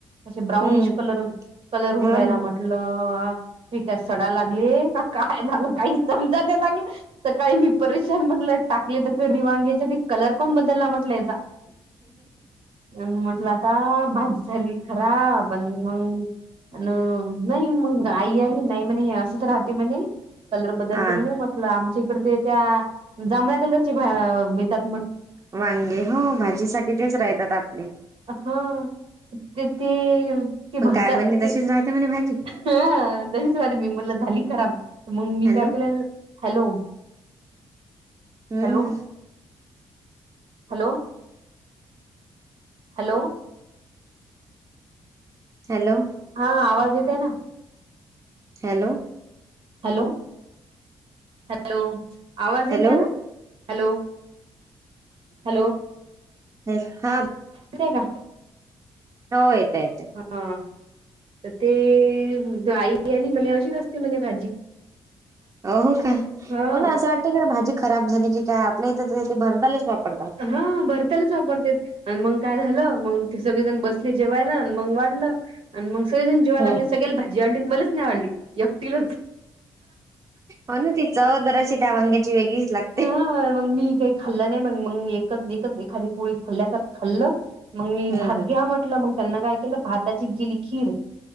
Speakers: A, on the right; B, on the right.
A: असे ब्राउनिश
B: हम्म
A: कलर कलर
B: हो
A: हरायला
B: ना
A: म्हट. म्हटलं पिक सडा लागली का काय झालं काही समजा ते लागलं. सकाळी मी परेशान म्हटलं टाकले त रिवांगेच्या त कलर कोण बदलला म्हटलं याचा आणि म्हटल आता भाजी झाली खराब. पण मग अ नाही मग आई आली नाही म्हणे असंत राहते म्हणे. कलर बद्दल
B: हा
A: ते म्ह म्हटलं आमच्या इकड ते त्या जांभळ्या कलरची मिळात.
B: वांगे हो भाजीसाठी तेच राहतात आपले.
A: हा ते ते ते
B: पण
A: भरता
B: काय म्हणणे
A: ते
B: तशीच राहते म्हणे भाजी
A: ह तशीच राहते मी मला झाली खराब मग मी
B: हॅलो
A: काय केलं हॅलो
B: हम्म
A: हॅलो हॅलो हॅलो
B: हॅलो
A: हा आवाज येते ना
B: हॅलो
A: हॅलो हॅलो आवाज येते
B: हॅलो
A: ना हॅलो हॅलो
B: अ हा
A: का
B: हो येतय येते
A: हा तर ते आई आली म्हज अशीच असते म्हज भाजी
B: अ हो का
A: हा.
B: हो ना असं वाटत का ना भाजी खराब झाली की काय आपल्या इथथे भरतालेच वापरतात
A: हा भरता्यालाच वापरत आणि मग काय झालं मग ते सगळेजण बसले जेवायला मग वाढलं आणि मग सगळेजण जेवाय
B: हम्म.
A: लागले सगळ्या भाजी अंडी बलच नाही वाढली एकटिल
B: हो ना ती चवदराची त्या वांग्याची वेगळीच लागते
A: हा मग मी काही खाल्लं नाही मग मग एकच एकच एखादी पोळी खाल्ल्यासारखं खाल्लं मग मी
B: हम्म
A: भात
B: हम्म
A: घ्या म्हटलं मग त्यांना काय केलं भाताची गेली खीर